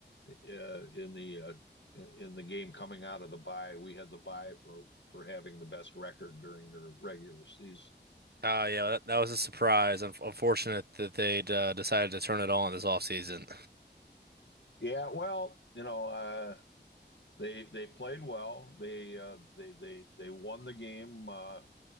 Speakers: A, on the left; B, on the right.
A: uh, in the uh, in the game coming out of the bye. We had the bye for for having the best record during their regular season.
B: Oh yeah, well, that, that was a surprise. Unf unfortunate that they'd uh, decided to turn it on this offseason.
A: Yeah, well, you know, uh, they they played well. They uh, they they they won the game uh,